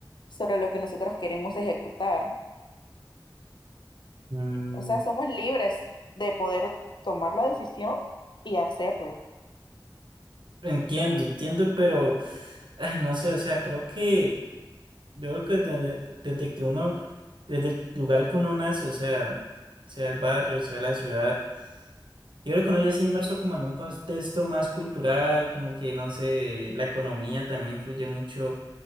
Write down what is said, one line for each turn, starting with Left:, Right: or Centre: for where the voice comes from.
Left: sobre lo que nosotros queremos ejecutar.
Right: Mm,
Left: o sea, somos libres de poder tomar la decisión y hacerlo.
Right: entiendo, entiendo, pero, ay, no sé, o sea, creo que, yo creo que desde, desde que uno, desde el lugar que uno nace, o sea, sea el barrio, sea la ciudad, yo creo que uno ya se inmerso como en un contexto más cultural, como que, no sé, la economía también influye mucho